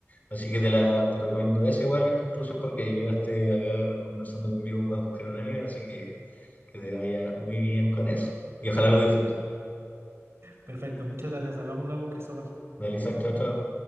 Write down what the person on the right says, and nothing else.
Perfecto, muchas gracias. Hablamos luego, Cristóbal.